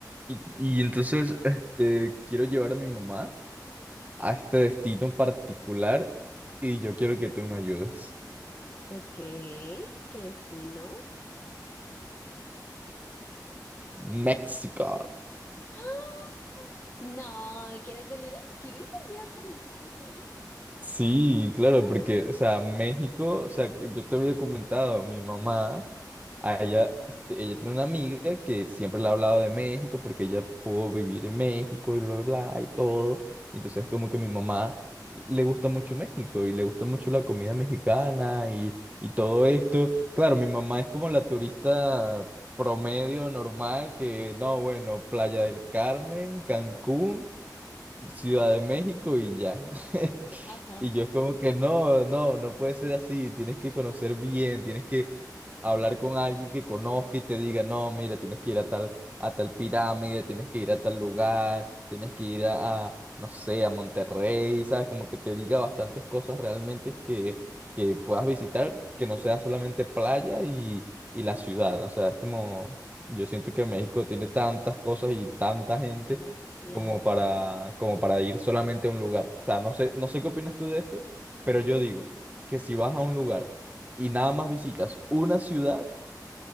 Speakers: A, on the right; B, on the left.
A: Y, y entonces, este, quiero llevar a mi mamá a este destino particular y yo quiero que tú me ayudes.
B: Ok, ¿qué destino?
A: México.
B: ¡Ah! No, ¿quieres venir a, ¿quieres venir a conocer mi país?
A: Sí, claro,
B: Ah.
A: porque, o sea, México, o sea, yo te había comentado, mi mamá, a ella, este, ella tiene una amiga que siempre le ha hablado de México porque ella pudo vivir en México y bla, bla, bla, y todo. Y entonces, como que mi mamá le gusta mucho México y le gusta mucho la comida mexicana y, y todo esto. Claro, mi mamá es como la turista promedio, normal, que, no, bueno, Playa del Carmen, Cancún. Ciudad de México y ya. <laughs>
B: Ajá,
A: Y yo como que no, no, no puede ser así, tienes que conocer bien, tienes que hablar con alguien que conozca y te diga, no, mira, tienes que ir a tal, a tal pirámide, tienes que ir a tal lugar, tienes que ir a, a, no sé, a Monterrey, ¿sabes? Como que te diga bastantes cosas realmente que, que puedas visitar, que no sea solamente playa y, y la ciudad, o sea, es como, yo siento que México tiene tantas cosas y tanta gente
B: demasiado,
A: como para, como para ir solamente a un lugar. O sea, no sé, no sé qué opinas tú de esto, pero yo digo que si vas a un lugar y nada más visitas una ciudad,